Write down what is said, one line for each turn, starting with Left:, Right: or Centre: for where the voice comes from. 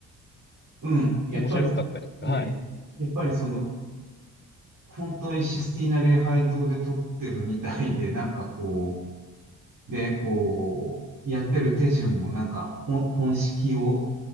Right: うん、やっぱり、
Left: 面白かったですかはい。
Right: えーやっぱりその、本当にシスティーナ礼拝堂で撮ってるみたいで、なんかこう、で、こう、やってる手順もなんか、本、本式を、